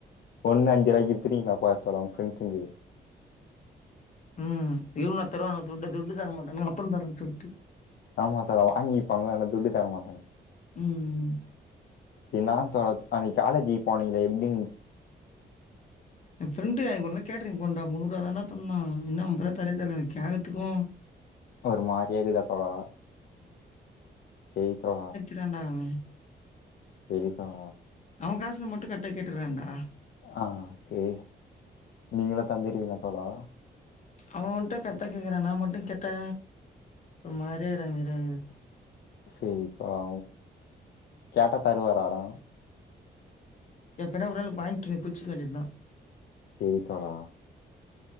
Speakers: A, on the left; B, on the left.
A: ஒன்னு அஞ்சு ரூவாய்க்கு <unintelligible> பாக்கலா ஃப்ரெண்ட்ஸுங்கு
B: ம் இவுன்ங்களா தருவாங்க துட்டு துட்டு தரமாட்டனுங்க அப்புறோ தரேன் சொல்லிட்டு
A: ஆமா தோழா வாங்கிப்பாங்க ஆனா துட்டு தர மாட்டாங்க
B: ம்
A: இன்னாதா தோழா அன்னைக் காலேஜ் போனீங்களே எப்டி
B: எ ஃப்ரெண்டு அன்னைக்கு ஒரு நாள் கேட்டரிங் போனோ டா முந்நூறு தான தந்தா இன்னு அம்ப ரூவா தரவே தரல எனக்கு கேகத்துக்கு
A: ஒரு மாரியா இக்குதா தோழா செய்தா
B: வித்துட்டாண்டா அவ
A: சேரி தோழா
B: அவ காசுனா மட்டு கரெட்டா கேட்டுறான்டா
A: ஆ க்கே நீங்களா தந்துறீங்க தோழா
B: அவ மட்டு கரெட்டா கேட்குறா நா மட்டு கேட்டா ஒரு மாரியா இரங்குது
A: சேரி தோழா கேட்டா தருவாராடா
B: எப்பனா ஒரு நாளு <unintelligible> க்கினு பிச்சிக்க வேண்டிய தா
A: சேரி தோழா